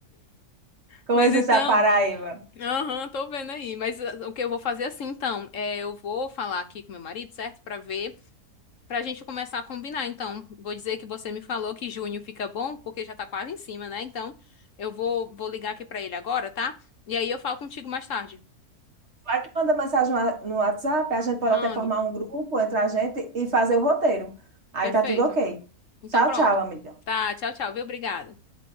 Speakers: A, on the right; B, on the left.
A: Coisas
B: Mas então,
A: da Paraíba.
B: aham, tô vendo aí. Mas ah, o que eu vou fazer é assim, então? É, eu vou falar aqui com meu marido, certo? Pra ver, pra gente começar a combinar. Então, vou dizer que você me falou que junho fica bom, porque já tá quase em cima, né? Então, eu vou, vou ligar aqui pra ele agora, tá? E aí eu falo contigo mais tarde.
A: Aí tu manda mensagem no no WhatsApp, a gente pode
B: Mando.
A: até formar um grupo entre a gente e fazer o roteiro. Aí
B: Perfeito.
A: tá tudo ok.
B: Então
A: Tchau,
B: pronto.
A: tchau, amiga.
B: Tá, tchau, tchau, viu? Obrigada.